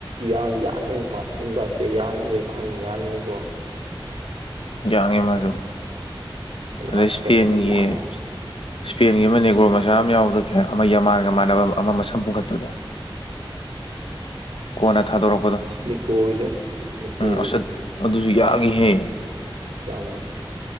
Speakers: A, on the right; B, on the left.
A: ꯌꯥꯡꯗꯤ ꯌꯥꯡꯕꯅꯤ ꯃꯥ ꯑꯦꯝꯕꯥꯞꯄꯦ ꯌꯥꯡꯉꯤꯗꯩ ꯃꯥꯅꯤ ꯌꯥꯡꯕꯅꯤꯀꯣ
B: ꯌꯥꯡꯉꯤ ꯃꯥꯁꯨ
A: ꯃꯌꯥꯡ
B: ꯑꯗꯩ ꯏꯁꯄꯦꯟꯒꯤ
A: ꯀꯪꯅ ꯌꯥꯡꯉꯤ
B: ꯁ꯭ꯄꯦꯟꯒꯤ ꯑꯃ ꯅꯦꯒ꯭ꯔꯣ ꯃꯆꯥ ꯑꯃ ꯌꯥꯎꯕꯗꯣ ꯀꯩ ꯍꯥꯏꯕ ꯑꯃ ꯌꯥꯃꯥꯟꯒ ꯃꯥꯟꯅꯕ ꯑꯃ ꯃꯁꯝ ꯄꯨꯟꯈꯠꯄꯗꯣ ꯀꯣꯟꯅ ꯊꯥꯗꯣꯔꯛꯄꯗꯣ
A: ꯅꯤꯀꯣ ꯋꯤꯂꯤꯌꯝ ꯅꯤꯀꯣ
B: ꯎꯝ
A: ꯋꯤꯂꯤꯌꯝ
B: ꯑꯁꯠ ꯑꯗꯨꯁꯨ ꯌꯥꯡꯉꯤꯍꯦ
A: ꯌꯥꯥꯡꯕꯅꯤ